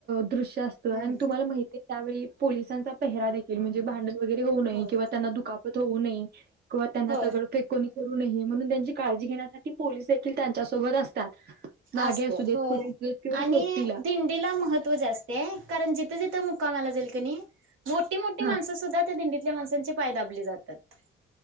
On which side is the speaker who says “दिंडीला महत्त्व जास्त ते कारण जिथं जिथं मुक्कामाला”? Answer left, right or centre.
Right